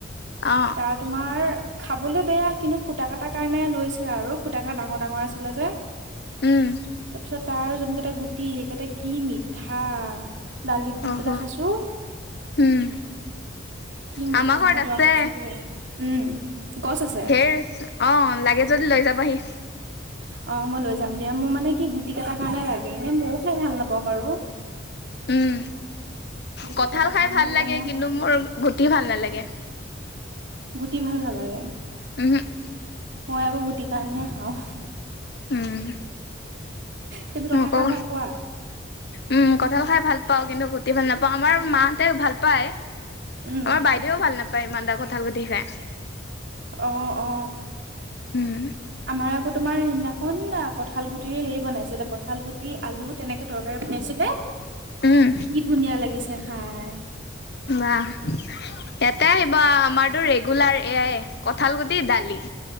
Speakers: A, on the left; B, on the right.
A: অ
B: তাৰ তোমাৰ খাবলৈ বেয়া কিন্তু ফুটা কাটাৰ কাৰণে লৈছে আৰু ফুটাকটা ডাঙৰ ডাঙৰ আছিলে যে
A: উম
B: তাৰপিছত তাৰ যোনকেইটা গুট গুটি সেকেইটা কি মিঠা দালিত দি
A: অহ
B: পেলাই খাইছো
A: উম
B: কি মিথা
A: আমাৰ ঘৰত
B: মই
A: আছে
B: কৈছোৰে উম গছ আছে
A: হেৰ অ লাগে যদি লৈ যাবহি
B: অ মই লৈ যাম দিয়া মোৰ মানে কি গুটি কেইটাৰ কাৰণে লাগে এনে মইও খাই ভাল নাপাওঁ বাৰু
A: উম
B: গুটি
A: কঠাল
B: কেইটাৰ
A: খাই
B: কাৰণে
A: ভাল
B: হ'লেও
A: লাগে
B: মই
A: কিন্তু মোৰ গুটি ভাল নালাগে
B: গুটি ভাল নালাগে
A: তহে <unintelligible>
B: মই আকৌ গুটিৰ কাৰণেহে খাওঁ
A: উম
B: তুমি কঁঠাল
A: মোকো
B: খাই ভাল পোৱা
A: উম কঁঠাল খাই ভাল পাওঁ কিন্তু গুটি ভাল নাপাওঁ আমাৰ মাহঁতে ভাল পায়
B: উম
A: আমাৰ বাইদেউও ভাল নাপায় ইমান এটা কঁঠাল গুতি খে
B: অ অ অ
A: উম
B: আমাৰ আকৌ তোমাৰ সেইনা খন কঁঠাল গুটিৰে হেয়ে বনাইছিলে কঠাল গুটি আলু তেনেকে টৰ বনাইছিলে
A: উম
B: কি ধুনীয়া লাগিছে খাই
A: বাহ ইয়াতে আহিবা আমাৰতো ৰেগুলাৰ এয়াই কঁঠালগুটি দালি